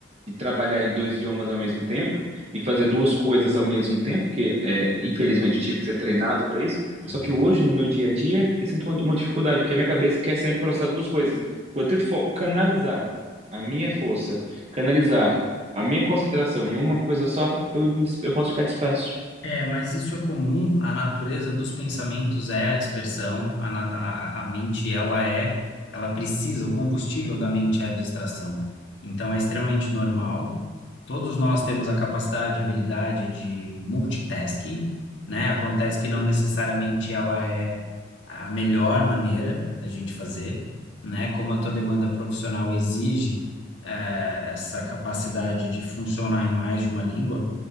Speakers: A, on the right; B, on the left.
A: de trabalhar em dois idiomas ao mesmo tempo e fazer duas coisas ao mesmo tempo, que é, infelizmente eu tive que ser treinado para isso.
B: Hum.
A: Só que hoje, no meu dia a dia, eu sinto uma, uma dificuldade, porque a minha cabeça quer sempre processar duas coisas. Quando eu tento fo- canalizar a minha força, canalizar a minha concentração em uma coisa só, eu, me dis- eu posso ficar disperso.
B: É, mas isso é comum. A natureza dos pensamentos é a dispersão. A, na- a, a mente, ela é, ela precisa, o combustível da mente é a distração. Então, é extremamente normal. Todos nós temos a capacidade, a habilidade de multitasking, né? Acontece que não necessariamente ela é a melhor maneira da gente fazer, né? Como a tua demanda profissional exige, eh, essa capacidade de funcionar em mais de uma língua,